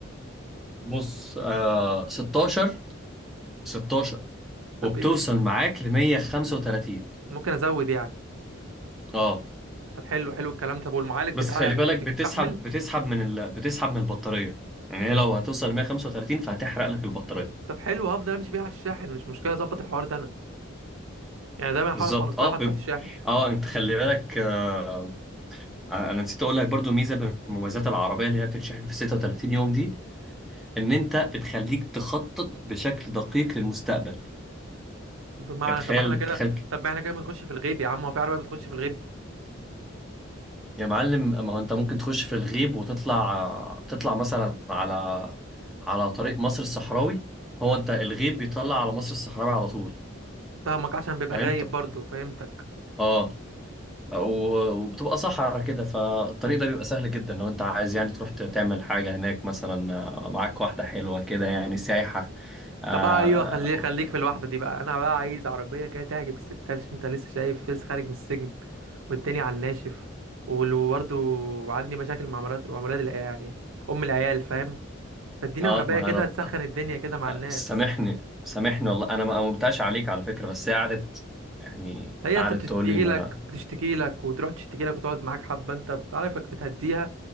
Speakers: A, in the centre; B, on the right.
A: بص آه 16 16
B: طب
A: وبتوصل
B: إيه؟
A: معاك ل 135
B: ممكن ازود يعني
A: اه
B: طب حلو حلو الكلام طب والمعالج
A: بس
B: بتاعها
A: خلي
B: يعني
A: بالك
B: بيستحمل
A: بتسحب بتسحب من ال... بتسحب من البطارية يعني هي لو هتوصل 135 فهتحرق لك البطارية
B: طب حلو هفضل امشي بيها على الشاحن مش مشكلة اظبط الحوار ده انا يعني دايما احاول
A: بالظبط
B: اكون
A: اه
B: حاطه
A: ب...
B: في الشاحن
A: اه انت خلي بالك آه... انا نسيت اقول لك برضو ميزة من مميزات العربية اللي هي بتتشحن في 36 يوم دي ان انت بتخليك تخطط بشكل دقيق للمستقبل
B: بمعنى
A: يعني تخيل
B: طب ما احنا كده
A: تخيل ك-
B: طب ما احنا كده بنخش في الغيب يا عم هو في عربية بتخش في الغيب
A: يا معلم ما هو انت ممكن تخش في الغيب وتطلع تطلع مثلا على على طريق مصر الصحراوي هو انت الغيب بيطلع على مصر الصحراوي على طول
B: فاهمك عشان بيبقى
A: فهمت؟
B: غايب برضو فهمتك
A: اه و- وبتبقى صحرا كده فالطريق ده بيبقى سهل جدا لو انت عايز يعني تروح ت- تعمل حاجة هناك مثلا آه، معاك واحدة حلوة كده يعني سايحة اه,
B: طب بقى ايوه خليك خليك في الواحدة دي بقى انا بقى عايز عربية كده تعجب الستات عشان انت لسه شايف فيس خارج من السجن والدنيا على الناشف وال- وبرضه عندي مشاكل مع مرات مع ولاد العيال يعني ام العيال فاهم فاديني
A: آه
B: عربية
A: ما
B: كده
A: انا
B: تسخن الدنيا كده مع
A: آه،
B: الناس
A: سامحني سامحني والله انا ما قومتش عليك على فكرة بس هي قعدت يعني
B: هي
A: قعدت
B: انت بتشتكي
A: تقول لي ما
B: لك بتشتكي لك وتروح تشتكي لك وتقعد معاك حبة انت عارفك بتهديها